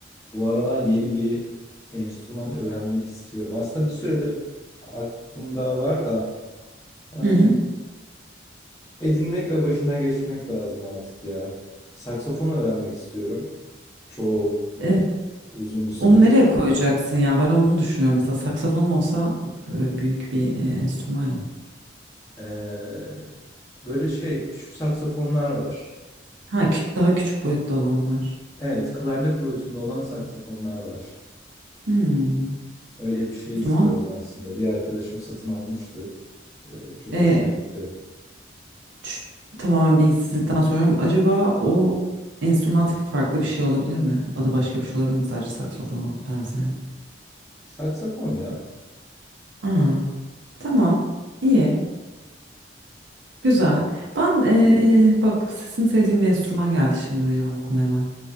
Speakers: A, on the left; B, on the right.
A: Bu aralar yeni bir enstrüman öğrenmek istiyorum. Aslında bir süredir aklımda var da ıı,
B: Hı hı.
A: edinmek ve başına geçmek lazım artık ya. Saksafon öğrenmek istiyorum. Çok
B: E,
A: uzun bir süredir.
B: onu nereye koyacaksın ya? Ben onu düşünüyorum. Mesela saksafonum olsa e, büyük bir e, enstrüman ya.
A: Ee, böyle şey küçük saksafonlar var.
B: Ha, kü- daha küçük boyutta olanlar.
A: Evet, klarnet boyutunda olan
B: Hı hı.
A: saksafonlar var.
B: Hmm.
A: Öyle bir şey
B: O zaman
A: istiyorum aslında. Bir arkadaşım satın almıştı. Ee, çok
B: e,
A: hoşuma gitti.
B: ç- tamamen bilgisizlikten soruyorum. Acaba o enstrüman tipi farklı bir şey olabilir mi? Adı başka bir şey olabilir mi? Sadece saksafona benzeyen.
A: Saksafon ya.
B: Aa, tamam. İyi. Güzel. Ben e, bak sesini sevdiğim bir enstrüman geldi şimdi benim aklıma hemen.